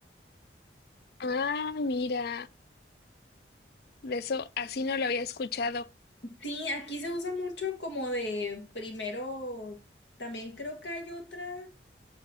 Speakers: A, on the left; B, on the left.
A: Ah, mira, de eso así no lo había escuchado.
B: Sí, aquí se usa mucho como de primero, también creo que hay otra.